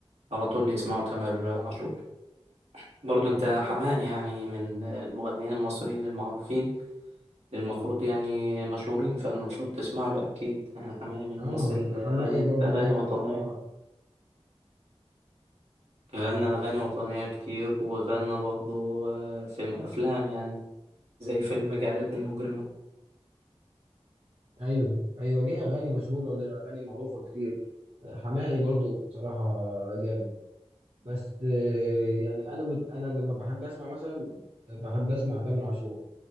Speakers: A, on the right; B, on the right.
A: على طول يسمعوا تامر عاشور برضو انت حماقي يعني من المغنيين المصريين المعروفين اللي المفروض يعني مشهورين فالمفروض تسمع له اكيد يعني حماقي من
B: اه
A: الناس اللي
B: حماقي
A: غنت
B: برضو
A: اغاني
B: جامد
A: وطنية
B: اه
A: غنى اغاني وطنية كتير وغنى برضو آه، في افلام يعني زي فيلم جعلتني مجرمة
B: ايوه ايوه ليه اغاني مشهوره وليه اغاني معروفه كتير حماقي برضو بصراحه جامد بس آه، يعني انا بد... انا لما بحب اسمع مثلا بحب اسمع تامر عاشور